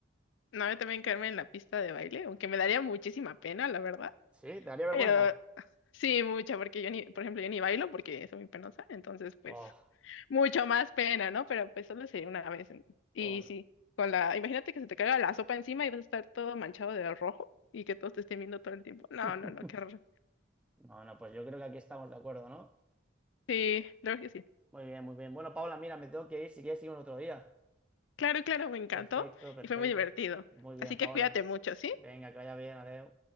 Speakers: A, on the left; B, in the centre.
A: No, yo también caerme en la pista de baile, aunque me daría muchísima pena, la verdad.
B: Sí, te daría vergüenza.
A: Pero sí, mucha, porque yo ni, por ejemplo, yo ni bailo porque soy muy penosa, entonces pues
B: Oh,
A: mucho más pena, ¿no? Pero pues solo sería una vez. en- Y
B: oh, no.
A: sí, con la, imagínate que se te caiga la sopa encima y vas a estar todo manchado de rojo y que todos te estén viendo todo el tiempo. No,
B: <laughs>
A: no, no, qué horror.
B: No, no, pues yo creo que aquí estamos de acuerdo, ¿no?
A: Sí, la verdad que sí.
B: Muy bien, muy bien. Bueno, Paula, mira, me tengo que ir. Si quieres, seguimos otro día.
A: Claro, claro, me encantó
B: Perfecto, perfecto.
A: y fue muy divertido.
B: Muy bien,
A: Así que
B: Paula.
A: cuídate mucho, ¿sí?
B: Venga, que vaya bien, adiós.